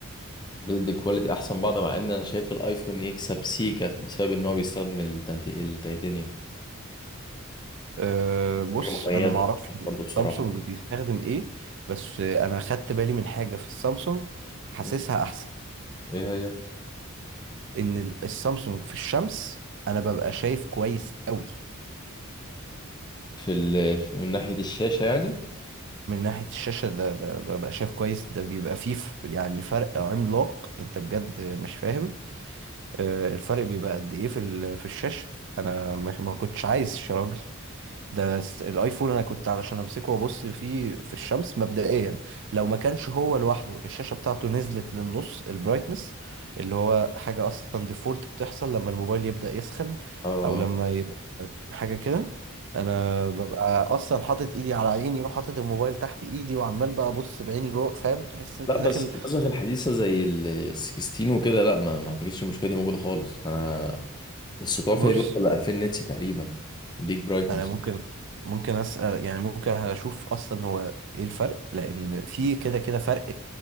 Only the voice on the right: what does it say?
أه بص
انا معرفش
سامسونج بيستخدم ايه بس انا خدت بالي من حاجة في السامسونج حاسسها
احسن
ان ال- السامسونج في الشمس انا ببقى شايف كويس قوي
من ناحية الشاشة ده, ده ببقى شايف كويس ده بيبقى فيه ف- يعني فرق عملاق انت بجد مش فاهم أه الفرق بيبقى قد ايه في ال- في الشاشة انا مش- ما كنتش عايز يا راجل ده س- الايفون انا كنت علشان امسكه وابص فيه في الشمس مبدئيا لو ما كانش هو لوحده الشاشه بتاعته نزلت للنص البرايتنس اللي هو حاجه اصلا ديفولت بتحصل لما الموبايل يبدا يسخن
او لما يبقى حاجه كده انا ببقى اصلا حاطط ايدي على عيني وحاطط الموبايل تحت ايدي وعمال بقى ابص بعيني جوه فاهم تحس انت
داخل
بص
انا ممكن ممكن اسال يعني ممكن اشوف اصلا هو ايه الفرق لان في كده كده فرق